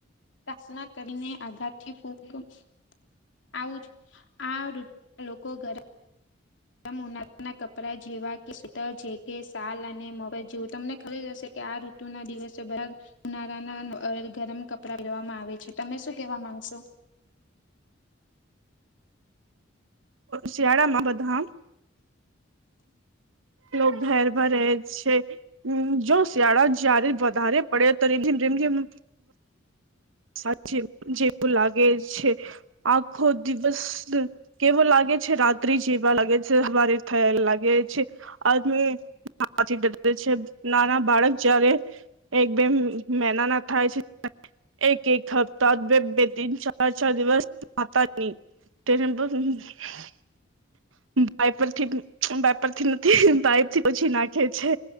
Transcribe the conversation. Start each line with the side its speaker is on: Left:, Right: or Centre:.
Left: પ્ર્થના કરીને આગાળથી <inaudible> આવું જ આ ઋતુ લોકો ઘરા ઉનાળાના કપડા જેવા કે સ્વેટર જેકે સાલ અને મોજા જેવું તમને ખબર હશે કે આ ઋતુ તું ના દિવસો બાર ઉનાળના ગરમ કપડા પેરવામાં આવે છે તમે શું કેવા માંગશો
Right: શિયાળામાં બધા લોક ઘેર ભ રહે છે જો શિયાળા જયારે વધારે પડે તો રીમ જિમ સાજે જેવું લાગે છે આખો દિવસ કેવો લાગે છે રાત્રિ જેવા લાગે છે હ હવારે થયા લાગે છે <unintelligible> ડરે છે નાના બાળક જયારે એક બેમ મેનાના થાય છે એક એક હપ્તાત બે બેદીન ચાર ચાર દિવસ નાતાની <unintelligible> વાઈપ પરથી વાઈ પરથી નથી વાઈપથી પછી નાખે છે